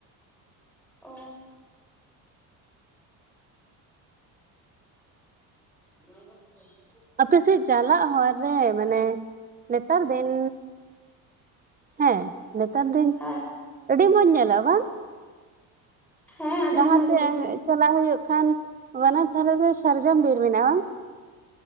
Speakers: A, in the centre; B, on the right (about 25°).
A: ᱚ <unintelligible>
B: ᱟᱯᱮᱥᱮᱫ ᱪᱟᱞᱟᱜ ᱦᱚᱨ ᱨᱮ ᱢᱟᱱᱮ ᱱᱮᱛᱟᱨ ᱫᱤᱱ ᱦᱮᱸ ᱱᱮᱛᱟᱨ ᱫᱤᱱ
A: ᱦᱮᱸ
B: ᱟᱹᱰᱤ ᱢᱚᱸᱡᱽ ᱧᱮᱞᱚᱜ ᱟ ᱵᱟᱝ
A: ᱦᱮᱸ ᱟᱹᱰᱤ
B: ᱰᱟᱦᱟᱨ
A: ᱢᱚᱸᱡᱽ
B: ᱛᱮ
A: ᱜᱮ
B: ᱪᱟᱞᱟᱜ ᱦᱩᱭᱩᱜ ᱠᱷᱟᱱ ᱵᱟᱱᱟᱨ ᱫᱷᱟᱨᱮ ᱨᱮ ᱥᱟᱨᱡᱚᱢ ᱵᱤᱨ ᱢᱮᱱᱟᱜᱼᱟ ᱵᱟᱝ